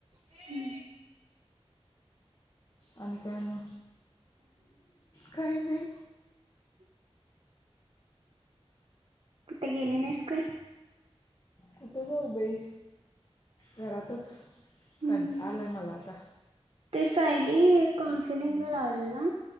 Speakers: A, on the right; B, on the left.
A: हम्म
B: आणि काय मग काही नाही
A: कुठ गेले नाहीस का?
B: कुठे जाऊबाई घरातच
A: हम्म
B: कंटाळा आला आहे मला आता
A: ते सायली काौन्सलिंग ला लावले ना